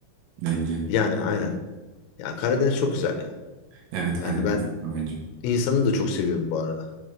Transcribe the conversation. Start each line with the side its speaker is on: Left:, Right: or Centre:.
Right: bence.
Left: Yani aynen. Ya Karadeniz çok güzel ya.
Right: Evet
Left: Yani
Right: Karadeniz
Left: ben
Right: bence.
Left: insanı da çok seviyorum bu arada.